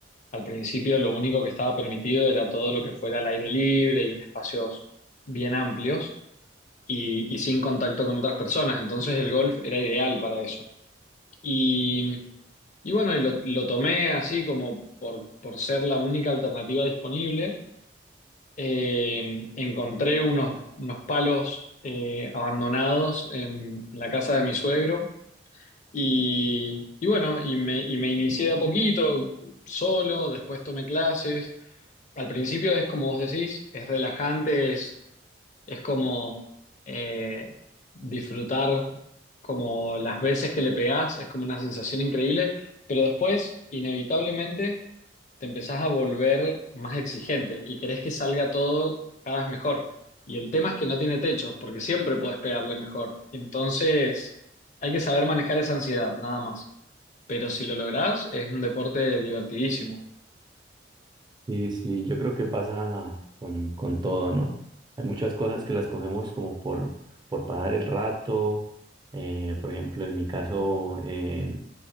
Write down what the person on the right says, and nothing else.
Sí, sí, yo creo que pasa con, con todo, ¿no? Hay muchas cosas que las cogemos como por, por pasar el rato. eh, por ejemplo, en mi caso, eh,